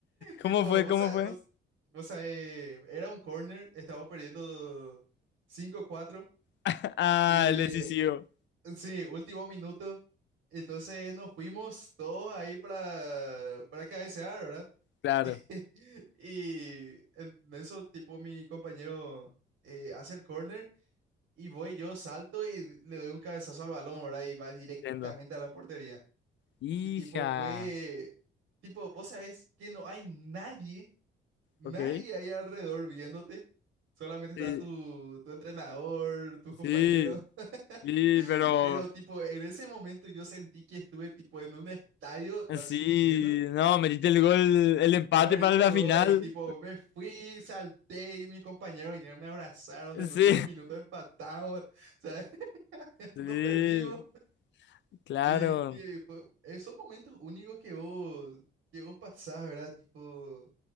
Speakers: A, on the right; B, on the left.
A: tipo,
B: ¿Cómo fue?
A: vos,
B: ¿Cómo
A: sa-
B: fue?
A: vos, vos sabés, era un corner, estábamos perdiendo cinco cuatro
B: <laughs> Ah,
A: y
B: el decisivo.
A: sí, último minuto. Entonces nos fuimos todos ahí para, para cabecear, ¿verdad? <laughs>
B: Claro,
A: Y en eso, tipo, mi compañero eh, hace el corner y voy yo, salto y le doy un cabezazo al balón, ¿verdad? Y va directamente
B: entiendo.
A: a la portería.
B: Hija,
A: Y tipo, fue, tipo, vos sabés que no hay nadie, nadie
B: ok.
A: ahí alrededor viéndote. Solamente está
B: Sí,
A: tu, tu entrenador, tus compañeros.
B: sí, sí,
A: <laughs>
B: pero...
A: Pero tipo, en ese momento yo sentí que estuve tipo en un estadio así
B: Sí,
A: lleno.
B: no, metiste el gol, el empate
A: Amerita
B: para la
A: el
B: final.
A: gol y tipo me fui, salté y mis compañeros vinieron, me abrazaron en el
B: Sí,
A: último minuto, empatamos, <laughs> ¿sabes?
B: <laughs> sí,
A: No perdimos.
B: claro,
A: Y que fue- esos momentos únicos que vos, que vos pasás, ¿verdad? Tipo,